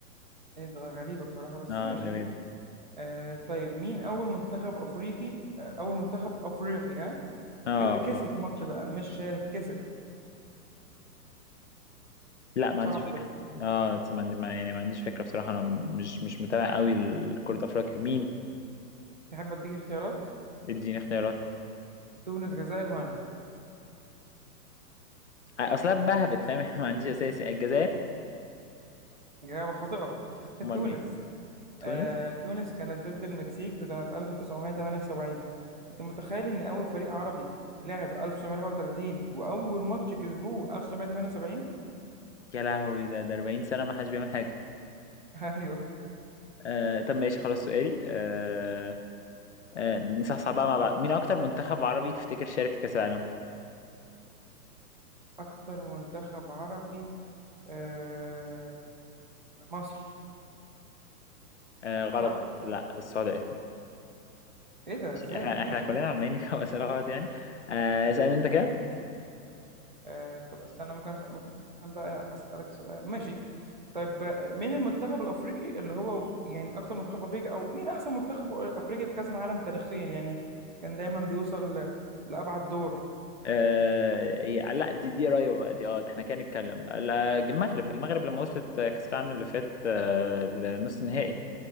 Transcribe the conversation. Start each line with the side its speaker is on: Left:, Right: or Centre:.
Right: ايه ده غريبه بصراحه بس
Left: اه
Right: ماشي
Left: غالبا
Right: آه طيب مين أول منتخب أفريقي آه أول منتخب أفريقي ها
Left: اه
Right: ك- كسب
Left: اه
Right: ماتش بقى مش شارك كسب
Left: لا ما عنديش
Right: صعب
Left: فكرة
Right: ده
Left: اه بس ما عندي ما- يعني ما عنديش فكرة بصراحة انا مش مش متابع قوي لكرة افريقيا مين
Right: تحب أديك اختيارات
Left: اديني اختيارات
Right: تونس جزائر مغرب
Left: آه، اصلا بهبت فاهم <laughs> ما عنديش اساسي الجزائر
Right: إجابة خاطئة <laughs>
Left: امال
Right: تونس
Left: مين تونس
Right: آه تونس كانت ضد المكسيك في سنة 1978 أنت متخيل إن أول فريق عربي لعب 1934 وأول ماتش كسبوه 1978
Left: يا لهوي ده ده 40 سنة ما حدش بيعمل حاجة
Right: <laughs> أيوه
Left: آه طب ماشي خلاص سؤالي آه آه، نصحصح بقى مع بعض مين اكتر منتخب عربي تفتكر شارك في كاس العالم
Right: أكتر منتخب عربي آه مصر
Left: آه غلط
Right: صح؟
Left: لا السعوديه
Right: إيه ده إزاي؟
Left: احنا
Right: ماشي
Left: احنا كلنا عمالين نجاوب اسئله غلط يعني آه اسالني انت كده
Right: آه طب استنى ممكن أسأل ممكن بقى أسألك سؤال ماشي طيب آه، مين المنتخب الأفريقي اللي هو يعني أكثر منتخب أفريقي أو مين أحسن منتخب أفريقي في كأس العالم تاريخيا يعني كان دايما بيوصل ل- لأبعد دور
Left: آه يا- لا دي دي قريبه بقى دي اه ده احنا كده نتكلم بقى لا، المغرب المغرب لما وصلت آه، كاس العالم اللي فات آه لنص النهائي